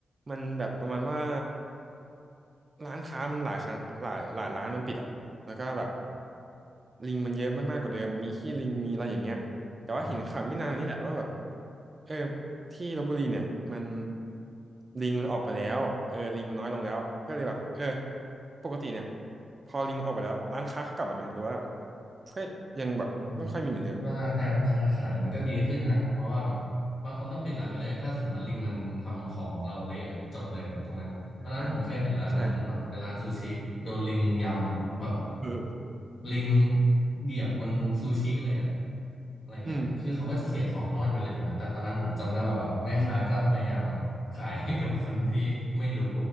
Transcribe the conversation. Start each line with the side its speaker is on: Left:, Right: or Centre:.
Right: มันแบบประมาณว่าร้านค้ามันหลายครั้งหลายหลายร้านมันปิดอ่ะแล้วก็แบบลิงมันเยอะมากๆกว่าเดิมมีขี้ลิงมีอะไรอย่างเงี้ยแต่ว่าเห็นข่าวไม่นานมานี้แหละว่าแบบ
Left: ม
Right: เออที่ลพบุรีเนี่ยมันลิงมันออกไปแล้วเออลิงมันน้อยลงแล้วก็เลยแบบเออปกติเนี่ยพอลิงมันออกไปแล้วร้านค้าเขากลับมาไหมหรือว่าก็ยังแบบไม่ค่อยมีเหมือนเดิม
Left: ผมคิดว่าการค้าขายมันก็ดีขึ้นนะเพราะว่าแบบบางคนต้องปิดร้านไปเลยถ้าสมมติว่าลิงมันทำของเราเละอะจบเลยถูกไหมวันนั้นผมเคยเห็นร้านหนึ่งแบบเป็นร้านซูชิโดนลิงยำแบบ
Right: อ่าใช่เออ
Left: ลิงเหยียบบนซูชิเลยอะอะไรเงี้ยคือเขาก็จะเสียของทั้งวันไปเลยถูกไหมแต่ตอนนั้นผมจำได้ว่าแบบแม่ค้าก็พยายามแบบขายให้กับคนที่ไม่รู้
Right: อืมอืม